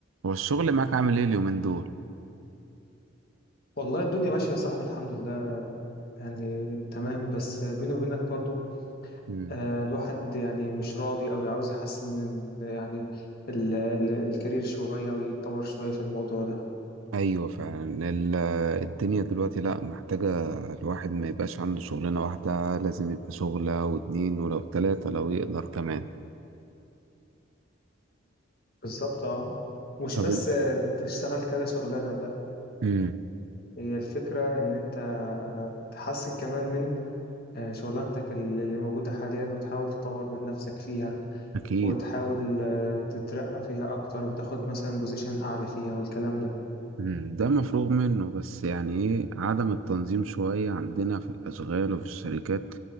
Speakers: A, on the right; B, on the left.
A: هو الشغل معاك عامل ايه اليومين دول
B: والله الدنيا ماشية يا صاحبي الحمد لله يعني تمام بس بيني وبينك برضو
A: مم.
B: آه الواحد يعني مش راضي أوي عاوز يحسن من يعني ال ال الكارير شوية ويتطور شوية في الموضوع ده
A: ايوه فعلا ال- الدنيا دلوقتي لا محتاجة الواحد ما يبقاش عنده شغلانة واحدة لازم يبقى شغلة واتنين ولو تلاتة لو يقدر كمان
B: بالظبط اه مش
A: طب
B: بس
A: انت
B: آه، تشتغل كذا شغلانة لا
A: امم
B: هي الفكرة إن أنت آه، تحسن كمان من آه، شغلانتك ال- اللي موجودة حاليا وتحاول تطور من نفسك فيها
A: اكيد
B: وتحاول آه، تترقى فيها أكتر وتاخد مثلا بوزيشن أعلى فيها والكلام ده
A: مم، ده مفروغ منه بس يعني ايه عدم التنظيم شوية عندنا في الأشغال وفي الشركات